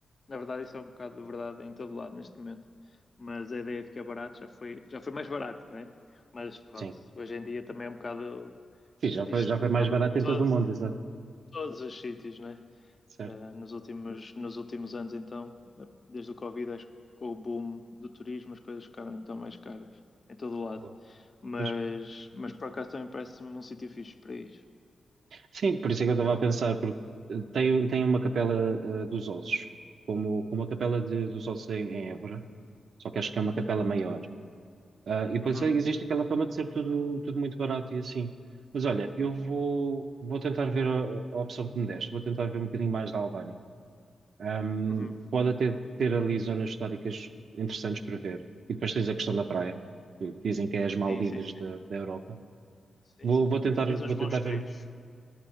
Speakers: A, on the left; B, on the right.
A: na verdade, isso é um bocado de verdade em todo lado neste momento. Mas a ideia de que é barato já foi, já foi mais barato, né? Mas pronto,
B: sim.
A: isso hoje em dia também é um bocado.
B: Sim,
A: Isso
B: já
A: diz-se
B: foi, já foi
A: literalmente
B: mais barato
A: de todos,
B: em todo o mundo, exato.
A: todos os sítios, né?
B: Certo.
A: Eh, nos últimos, nos últimos anos, então, desde o Covid, acho que com o boom do turismo, as coisas ficaram então mais caras em todo o lado.
B: Bom.
A: Mas,
B: Pois.
A: mas por acaso também parece-me um sítio fixe para ir.
B: Sim, por isso é que eu estava a pensar, porque eh, tem, tem uma capela eh, dos ossos, como, como a capela de- dos ossos em, em Évora, só que acho que é uma capela maior. Ah, e depois
A: Uhum,
B: eh, existe aquela fama de ser tudo, tudo muito barato e assim. Mas olha, eu vou, vou tentar ver a, a opção que me deste, vou tentar ver um bocadinho mais da Albânia. Um,
A: uhum.
B: pode até ter ali zonas históricas interessantes para ver. E depois tens a questão da praia, que dizem que é as Maldivas
A: Sim, sim, sim.
B: da, da Europa.
A: Sim,
B: Vou,
A: sim.
B: vou tentar,
A: Tens uns
B: vou
A: bons
B: tentar
A: treinos.
B: ver.